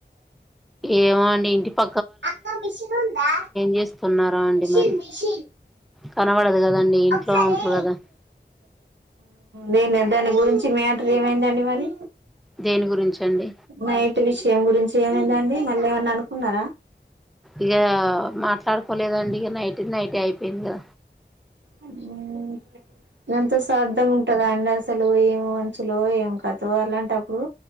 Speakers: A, in the centre; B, on the right.
A: ఏమంట ఏంటి ప
B: అ మషన్ ఉందా
A: చేస్తున్నారో అండి
B: మిషన్
A: మరి
B: మిషన్
A: కనబడదు కదండి ఇంట్లో
B: ఒకసారి
A: ఉంటారు కదా
B: నేను దాని గురించి మ్యాటర్ ఏమైందండి మరి
A: దేని గురించి అండి
B: నయటి విషయం గురించి మ ఏందండి మళ్ళీ ఏమన్నా అనుకున్నారా
A: ఇక మాట్లాడుకోలేదండి ఇక నైట్ నైట్ అయిపో పన్న
B: అ ఎంతో స్ అార్ధం ఉంటదా అండి అసలు ఏం మనుంచులు ఏం కథో అలాంటప్పుడు